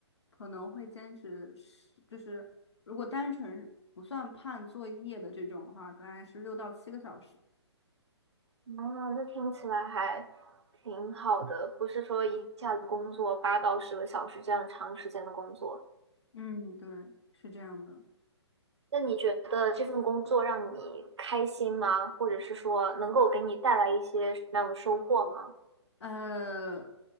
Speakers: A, on the left; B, on the right.
A: 可能会兼职是，就是如果单纯是不算判作业的这种的话，大概是六到七个小时。
B: 嗯，那听起来还挺好的，不是说一下子工作八到十个小时这样长时间的工作。
A: 嗯，对，是这样的。
B: 那你觉得这份工作让你开心吗？或者是说能够给你带来一些什么样的收获吗？
A: 呃，